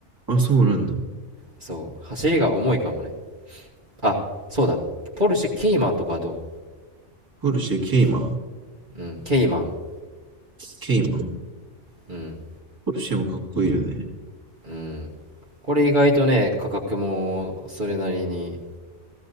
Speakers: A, on the right (about 15°); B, on the right (about 40°).
A: あ、そうなんだ。
B: そう。走りが重いかもね。あ、そうだ。ポルシェケイマンとかはどう
A: ポルシェ、ケイマ
B: うん、ケイマン。
A: ケイマン
B: うん、
A: ポルシェもかっこいいよね。
B: うん。これ意外とね、価格もそれなりに。